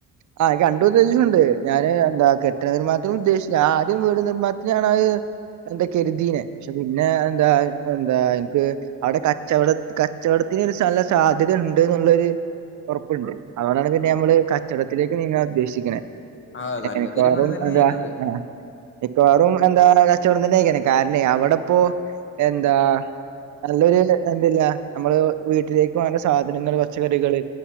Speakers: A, on the right (about 55°); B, on the left (about 35°).
A: ആ എനിക്ക് രണ്ടുദ്ദേശവുണ്ട് ഞാന് എന്താ കെട്ടിട നിർമ്മാണത്തിന് ഉദ്ദേശിച്ച ആദ്യം വീട് നിർമ്മാത്തിനാണ് അത് എന്താ കരുതിയെ പക്ഷെ പിന്നെ എന്താ നൽ എന്താ എനിക്ക് അവിടെ കച്ചവട കച്ചവടത്തിന് ഒരു സ്ഥല സാധ്യത ഉ ണ്ട്ന്നൊള്ളൊരു ഉറപ്പുണ്ട് അതുകൊണ്ടാണ് പിന്നെ നമ്മള് ക കച്ചടത്തിലേക്ക് നിങ്ങാൻ ഉദ്ദേശിക്കണേ
B: ആഹ്
A: എന്നാ
B: നല്ല
A: മിക്കവാറും
B: തീരുമാനം തന്നെയാനത്
A: എന്താ ആ മിക്കവാറും എന്താ കച്ചവടം തന്നെ <unintelligible> കാരണെ അവിടെപ്പോ എന്താ നല്ലൊരു എന്തില്ലാ നമ്മള് വീട്ടിലേക്ക് വേണ്ട സാ നങ്ങള് പച്ചക്കറികള്